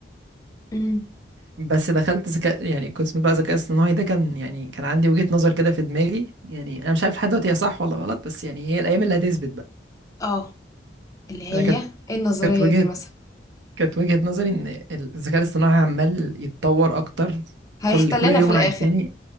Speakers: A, on the left (about 20°); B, on the right (about 80°).
A: امم
B: بس دخلت ذكاء يعني قسم بقى ذكاء اصطناعي ده كان يعني كان عندي وجهه نظر كده في دماغي يعني انا مش عارف لحد دلوقتي هي صح ولا غلط بس يعني هي الايام اللي هتثبت بقى
A: اه اللي هي
B: انا كانت
A: ايه النظرية
B: كانت وجهه
A: دي مثلا
B: كانت وجهه نظري ان الذكاء الاصطناعي عمال يتطور اكتر
A: هيحتلنا
B: كل كل يوم
A: في الاخر
B: عن التاني